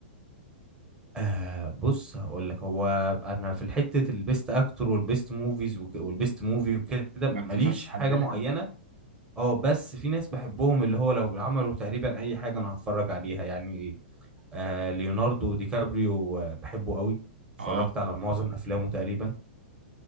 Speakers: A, on the right; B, on the right.
A: آه بص هقول لك هو أنا في الحتة البيست أكتور والبيست موفيز وك... والبيست موفي وكده
B: ما بتقدرش
A: ماليش
B: تحددها؟
A: حاجة معينة اه بس في ناس بحبهم اللي هو لو عملوا تقريبا اي حاجه انا هتفرج عليها يعني آه ليوناردو دي كابريو آه، بحبه قوي اتفرجت
B: اه
A: على معظم افلامه تقريبا